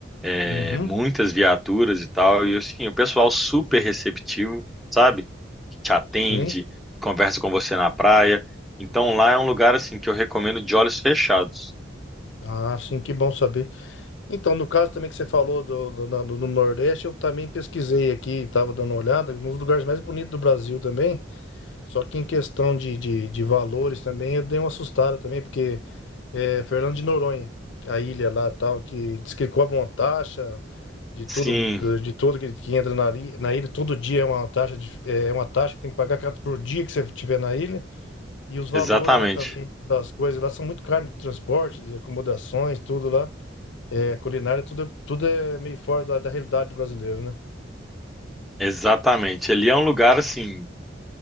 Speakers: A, in the centre; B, on the left.
A: É,
B: Uhum,
A: muitas viaturas e tal, e assim, o pessoal super receptivo, sabe? Que te atende,
B: sim.
A: que conversa com você na praia. Então lá é um lugar assim que eu recomendo de olhos fechados.
B: Ah, sim, que bom saber. Então, no caso também que você falou do, do, na- do Nordeste, eu também pesquisei aqui, estava dando uma olhada, nos lugares mais bonitos do Brasil também. Só que em questão de, de, de valores também, eu dei uma assustada também, porque é, Fernando de Noronha, a ilha lá tal, que diz que cobra uma taxa de tudo,
A: Sim,
B: de tudo que, que entra na, li- na ilha, todo dia é uma taxa, de- é uma taxa que tem que pagar cada- por dia que você estiver na ilha. E os valores
A: exatamente.
B: lá também das coisas lá são muito caros de transporte, de acomodações, tudo lá. É, culinária, tudo, tudo é meio fora da, da realidade brasileira, né?
A: Exatamente. Ele é um lugar assim